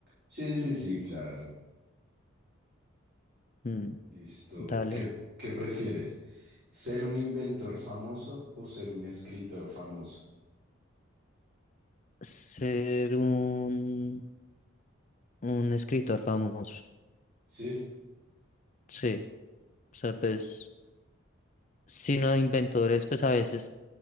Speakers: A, on the right (about 50°); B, on the left (about 35°).
A: Sí, sí, sí, claro.
B: Mm,
A: Listo.
B: dale.
A: ¿Qué, qué prefieres? ¿Ser un inventor famoso o ser un escritor famoso?
B: Ser un, un escritor famoso.
A: ¿Sí?
B: Sí. O sea, pues sino no, inventores, pues a veces